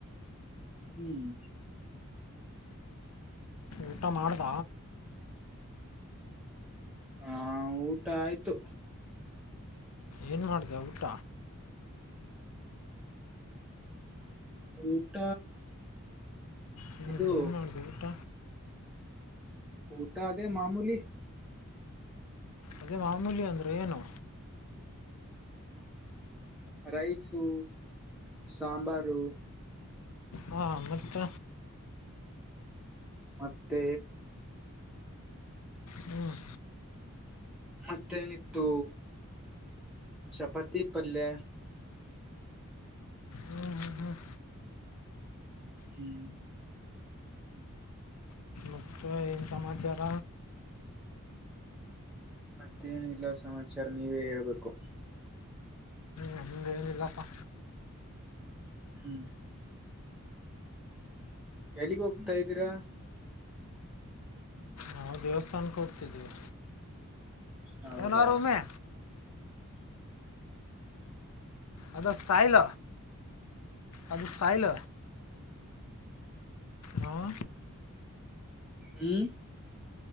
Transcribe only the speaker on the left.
ಊಟ ಮಾಡ್ದ
ಏನು ಮಾಡಿದೆ ಊಟ
ಹ
ಏನು ಮಾಡಿದೆವಿ ಊಟ
ಅದೇ ಮಾಮೂಲಿ ಅಂದ್ರೆ ಏನು
ಹಾ ಮತ್ತ
ಹ್ಮ್
ಹ್ಮ್ ಹ್ಮ್ ಹ್ಮ್
ಮತ್ತು ಏನು ಸಮಾಚಾರ
ನಮ್ದೇಏನಿಲ್ಲಪ್ಪ
ನಾವು ದೇವಸ್ಥಾನಕ್ಕೆ ಹೋಗ್ತಿದ್ದೀವಿ
ಏನಾರು ಒಮ್ಮೆ ಅದು ಸ್ಟೈಲ ಅದು ಸ್ಟೈಲ್ ಹಾ